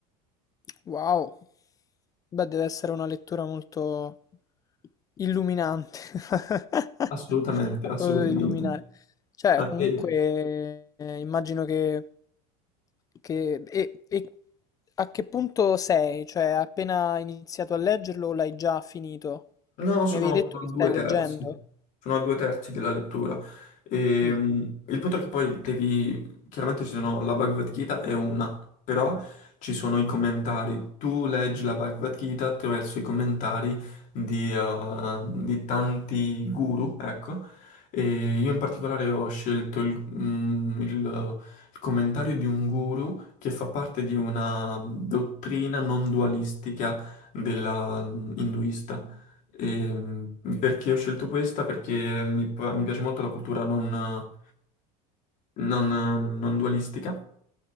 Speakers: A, on the left; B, on the left.
A: Wow. Beh, deve essere una lettura molto illuminante. <laughs>
B: Assolutamente,
A: A
B: assolutamente.
A: proposito di illuminare. Cioè,
B: A
A: comunque,
B: te.
A: eh, immagino che... che e, e a che punto sei? Cioè, hai appena iniziato a leggerlo o l'hai già finito?
B: No, sono,
A: Mi avevi detto
B: sono
A: che
B: a
A: stai
B: due terzi,
A: leggendo?
B: sono a due terzi della lettura. Ehm,
A: Mm.
B: il punto è che poi devi, chiaramente ci sono la Bhagavad Gita è una, però ci sono i commentari. Tu leggi la Bhagavad Gita attraverso i commentari di, eh, di tanti guru, ecco. E io in particolare ho scelto il, mm, il- il commentario di un guru che fa parte di una dottrina non dualistica della hinduista. E, mm, perché ho scelto questa? Perché mi, pa- mi piace molto la cultura non, non- non dualistica,